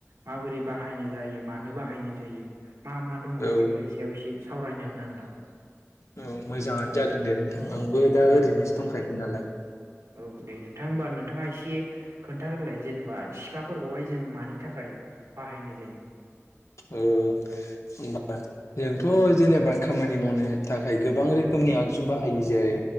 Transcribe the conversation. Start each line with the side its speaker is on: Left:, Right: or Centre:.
Right: माबोरै बाहायनाय जायो मानो बाहायनाय जायो। मा मा दङ
Left: औ
Right: बेफोरनि सायाव एसे सावरायनो होन <unintelligible>
Left: औ मोजाङानो जादों दे नोंथां आंबो दा ओरैनोसो
Right: औ दे
Left: दंखायोमोन नालाय।
Right: औ दे नोंथां होमबा नों दे खोन्थाग्रोलाय जेनेबा सिखाफोरखौहाय जों मानि थाखाय बाहायनाय जायो?
Left: औ <unintelligible> थ' जेनेबा खामानि मावनो थाखाय गोबां रोखोमनि आगजु बाहायो जेरै